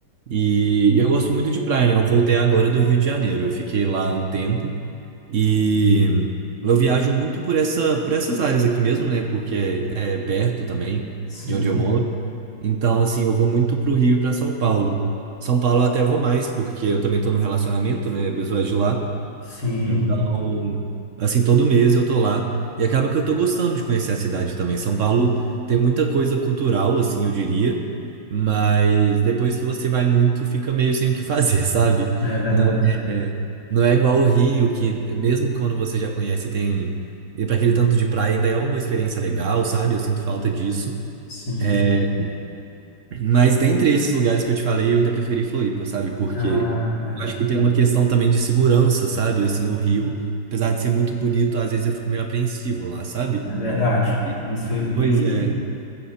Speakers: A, on the right; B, on the left.
A: E, e eu gosto muito de praia, né? Eu voltei agora do Rio de Janeiro. Eu fiquei lá um tempo e eu viajo muito por essa, por essas áreas aqui mesmo, né? Porque é é perto também
B: sim,
A: de onde eu moro. Então, assim, eu vou muito pro Rio e pra São Paulo. São Paulo eu até vou mais, porque eu também tô num relacionamento, né? A pessoa é de lá.
B: sim,
A: Então, assim, todo mês eu tô lá. E acaba que eu tô gostando de conhecer a cidade também. São Paulo tem muita coisa cultural, assim, eu diria. Mas depois que você vai muito, fica meio sem o que fazer, <laughs> sabe?
B: é verdade.
A: Não é, é, não é igual o Rio, que mesmo quando você já conhece, tem. E para aquele tanto de praia ainda é uma experiência legal, sabe? Eu sinto falta disso.
B: Sim.
A: É, mas dentre esses lugares que eu te falei, eu ainda preferi Floripa, sabe? Porque
B: Ah, é,
A: eu acho que tem uma questão também de segurança, sabe? Assim, o Rio, apesar de ser muito bonito, às vezes eu fico meio apreensivo lá, sabe?
B: é verdade.
A: E-
B: Tem isso aí, bem,
A: Pois
B: isso-
A: é.